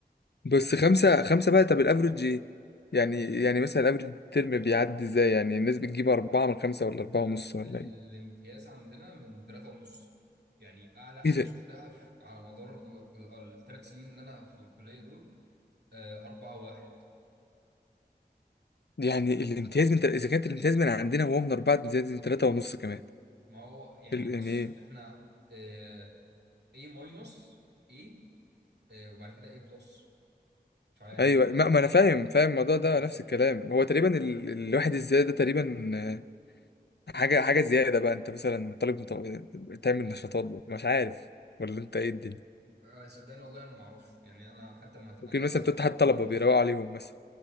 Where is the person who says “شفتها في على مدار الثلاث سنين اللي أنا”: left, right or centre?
Right